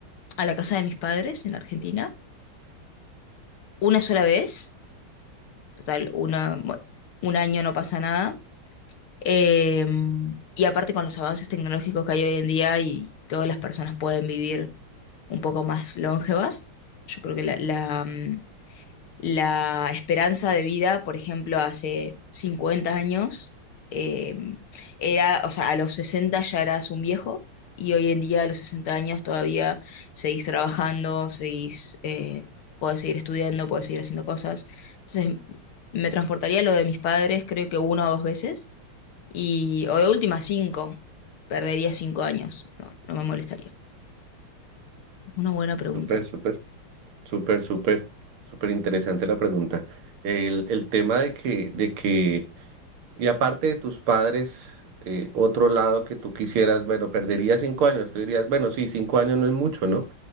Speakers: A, on the left (about 80°); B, on the right (about 90°).
A: a la casa de mis padres en Argentina una sola vez, total, una, bueno, un año no pasa nada Eh, y aparte con los avances tecnológicos que hay hoy en día y todas las personas pueden vivir un poco más longevas, yo creo que la, la, mm, la esperanza de vida, por ejemplo, hace 50 años, eh, era, o sea, a los 60 ya eras un viejo y hoy en día a los 60 años todavía seguís trabajando, seguís, eh, podés seguir estudiando, podés seguir haciendo cosas. Entonces, me transportaría a lo de mis padres, creo que una o dos veces y, o de última, cinco. Perdería cinco años. No, no me molestaría. Una buena pregunta.
B: Súper, súper, súper, súper, súper interesante la pregunta. El, el tema de que, de que Y aparte de tus padres, eh, otro lado que tú quisieras, bueno, perdería cinco años, tú dirías, bueno, sí, cinco años no es mucho, ¿no?